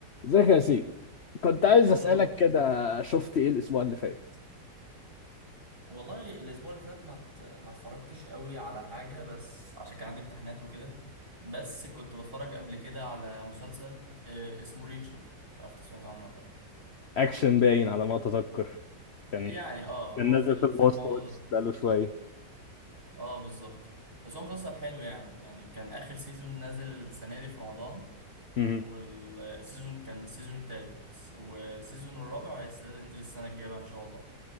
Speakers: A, on the left (about 50°); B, on the right (about 30°).
A: ازيك يا سي كنت عايز
B: الحمد
A: اسالك
B: لله
A: كده شفت ايه الاسبوع اللي فات
B: والله الاسبوع اللي فات ما ات- ما اتفرجتش قوي على حاجه بس عشان كان عندي امتحانات وكده بس كنت بتفرج قبل كده على مسلسل آه، اسمه ريتشر مش عارف انت سمعت عنه ولا لا
A: اكشن باين على ما اتذكر كان
B: يعني اه هو
A: كان نازل
B: في ال-
A: في المواصلات
B: في الموضوع ده
A: بقاله شويه
B: اه بالظبط بس هو مسلسل حلو يعني يعني كان اخر سيزون نازل السنه دي في رمضان
A: مهم.
B: والسيزون كان السيزون التالت والسيزون الرابع لسه ينزل السنه الجايه بقى ان شاء الله